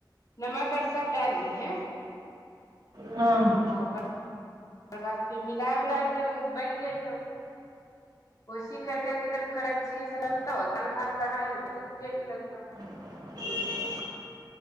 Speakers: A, on the left; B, on the right.
A: नमक आर सब डालि दिहें
B: ह हँ
A: आ ओकर बाद फेर मिलााय उलाय देब बनि जतौ। ओसी करिक एकदम करंचीस आनतो दालि भाती बहुत पेटी लगतौ।
B: <unintelligible>